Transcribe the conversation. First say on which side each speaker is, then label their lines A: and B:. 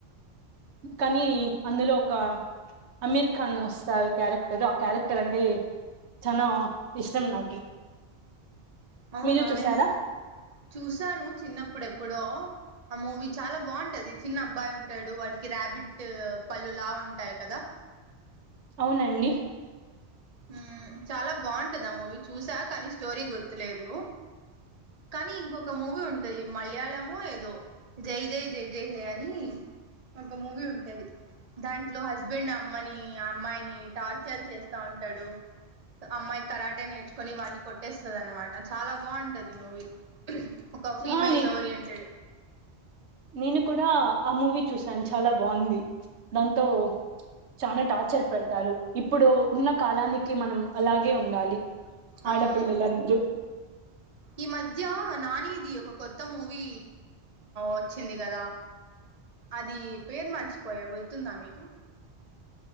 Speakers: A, on the right; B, on the right.
A: కానీ అందులో ఒక అమీర్ ఖాన్ వస్సారు క్యారెక్టర్ ఆ క్యారెక్టర్ అంటే చానా ఇష్టం నాకి.
B: అవునా
A: మీరు చూసారా
B: నేన్ చూసాను చిన్నప్పుడు ఎప్పుడో ఆ మూవీ చాలా బాగుంటది. చిన్న అబ్బాయి ఉంటాడు వాడికి ర్యాబిట్ పల్లులా ఉంటాయి కదా.
A: అవునండి
B: హ్మ్ చాలా బాగుంటది ఆ మూవీ చూసా కానీ స్టోరీ గుర్తులేదు, కానీ ఇంకొక మూవీ ఉంటది మలయాళమో ఏదో జై జయ జయ జయహే అని ఒక మూవీ ఉంటది దాంట్లో హస్బెండ్ అమ్మని అమ్మాయిని టార్చర్ చేస్తా ఉం తడు అమ్మాయి కరాటే నేర్చు కొని వాడిని కొట్టేస్తది అనమాట చాలా బాగుంటది మూవీ ఒక ఫీమేల్
A: ఆ నే
B: ఓరియంటెడ్
A: నేను కూడా ఆ మూవీ చూస్తా చాలా బాగుంది దాంతో చాలా టార్చర్ పెడతారు ఇప్పుడు ఉన్న కాలానికి మనం అలాగే ఉండాలి ఆడపిల్లలందరూ
B: అవును ఈ మధ్య నానిది ఒక కొత్త మూవీ వచ్చింది కదా అది పేరు మర్చిపోయా గుర్తుందా మీకు